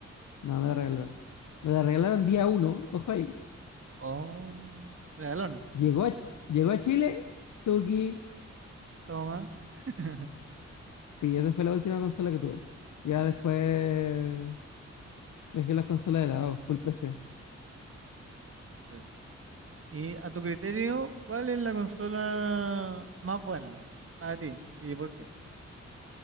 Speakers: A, on the left; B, on the right.
A: no, me la regalaron. Me la regalaron día uno. Ojo ahí.
B: Oh, regalona.
A: Llegó a, llegó a Chile, Tuki.
B: Toma. <laughs>
A: Sí, esa fue la última consola que tuve. Ya después dejé las consolas de lado, full PC.
B: Pues, Y a tu criterio, ¿cuál es la consola más buena para ti? ¿Y por qué?